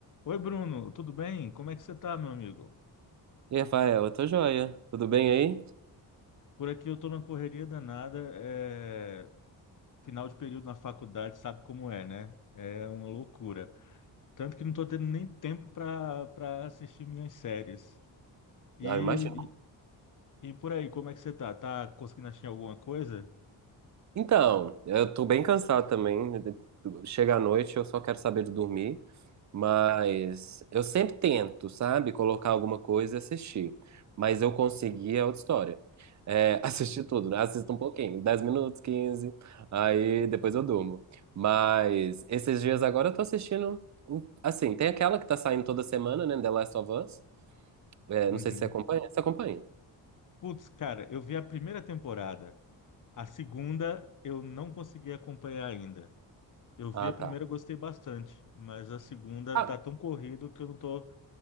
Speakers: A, on the left; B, on the right.
A: Oi, Bruno, tudo bem? Como é que você tá, meu amigo?
B: E Rafael, eu tô joia. Tudo bem aí?
A: Por aqui eu tô na correria danada, é, final de período na faculdade, sabe como é, né? É uma loucura. Tanto que não tô tendo nem tempo para para assistir minhas séries. E,
B: Ah, imagino.
A: e, e por aí, como é que você tá? Tá conseguindo assistir alguma coisa?
B: Então, eu tô bem cansado também. Chega à noite, eu só quero saber de dormir. Mas eu sempre tento, sabe? Colocar alguma coisa e assistir. Mas eu consegui, é outra história. É, <laughs> assistir tudo, né? Assisto um pouquinho, 10 minutos, 15. Aí depois eu durmo. Mas esses dias agora eu tô assistindo. um- Assim, tem aquela que tá saindo toda semana, né? The Last of Us. É,
A: Uhum.
B: não sei se você acompanha. Você acompanha?
A: Putz, cara, eu vi a primeira temporada. A segunda eu não consegui acompanhar ainda. Eu vi
B: Ah,
A: a primeira,
B: tá.
A: gostei bastante, mas a segunda
B: Ah,
A: tá tão corrido que eu não tô